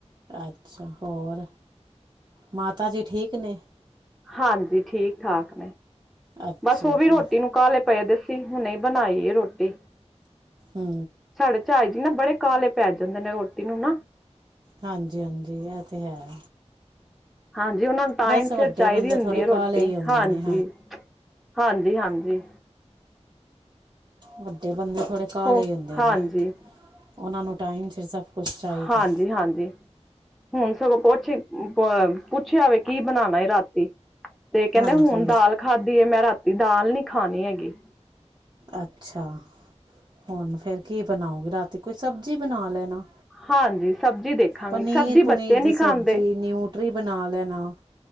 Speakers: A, on the right; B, in the centre.
A: ਅੱਛਾ ਹੋਰ ਮਾਤਾ ਜੀ ਠੀਕ ਨੇ?
B: ਹਾਂਜੀ ਠੀਕ-ਠਾਕ ਨੇ
A: ਅੱਛਾ
B: ਬਸ ਉਹ ਵੀ
A: ਜੀ
B: ਰੋਟੀ ਨੂੰ ਕਾਹ ਲਏ ਪਏ ਦੇ ਸੀ। ਤੇ ਹੁਣੇ ਬਣਾਈ ਏ ਰੋਟੀ
A: ਹੂੰ
B: ਸਾਡੇ ਝਾਈ ਜੀ ਨਾ ਬੜੇ ਕਾਹਲੇ ਪੈ ਜਾਂਦੇ ਨੇ ਰੋਟੀ ਨੂੰ ਨਾ
A: ਹਾਂਜੀ-ਹਾਂਜੀ ਇਹ ਤੇ ਹੈ।
B: ਹਾਂਜੀ ਉਹਨਾ ਨੂੰ ਟਾਈਮ
A: ਬਸ ਵੱਡੇ
B: ਸਿਰ ਚਾਹੀਦੀ
A: ਬੰਦੇ
B: ਹੁੰਦੀ
A: ਥੋੜ੍ਹੇ
B: ਹੈ ਰੋਟੀ
A: ਕਾਹਲੇ ਹੀ ਹੁੰਦੇ
B: ਹਾਂਜੀ।
A: ਨੇ
B: ਹਾਂਜੀ-ਹਾਂਜੀ
A: ਵੱਡੇ ਬੰਦੇ ਥੋੜੇ ਕਾਲੇ
B: ਹੋ
A: ਹੁੰਦੇ
B: ਹਾਂਜੀ
A: ਨੇ ਉਹਨਾਂ ਨੂੰ ਟਾਈਮ ਸਿਰ ਸਭ ਕੁਛ ਚਾਹੀਦਾ
B: ਹਾਂਜੀ-ਹਾਂਜੀ ਹੁਣ ਸਗੋਂ ਪੁਛੇ ਅ ਪੁੱਛਿਆ ਏ ਕੀ ਬਣਾਣਾ ਰਾਤੀ ਤੇ ਕਹਿੰਦੇ
A: ਹਾਂਜੀ
B: ਹੁਣ ਦਾਲ ਖਾਧੀ ਹੈ ਮੈਂ ਰਾਤੀ ਦਾਲ ਨੀ ਖਾਣੀ ਹੈਗੀ।
A: ਅੱਛਾ, ਹੁਣ ਫੇਰ ਕੀ ਬਣਾਉਗੇ ਰਾਤੀ ਕੋਈ ਸਬਜ਼ੀ ਬਣਾ ਲੈਣਾ।
B: ਹਾਂਜੀ ਸਬਜ਼ੀ ਦੇਖਾਂਗੀ
A: ਪਨੀਰ-
B: ਸਬਜ਼ੀ
A: ਪਨੀਰ
B: ਬੱਚੇ
A: ਦੀ
B: ਨਹੀਂ
A: ਸਬਜ਼ੀ
B: ਖਾਂਦੇ
A: ਨਊਟਰੀ ਬਣਾ ਲੈਣਾ।